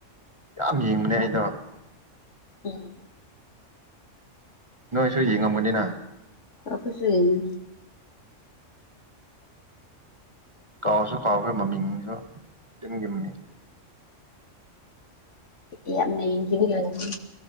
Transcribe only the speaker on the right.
ꯌꯥꯝ ꯌꯦꯡꯕꯅꯦ ꯑꯩꯗꯣ
ꯅꯣꯏꯁꯨ ꯌꯦꯡꯉꯝꯕꯅꯤꯅ
ꯀꯥꯎꯁꯨ ꯀꯥꯎꯈ꯭ꯔꯦ ꯃꯃꯤꯡꯁꯨ ꯇꯤꯟꯒꯤ ꯃꯃꯤꯡ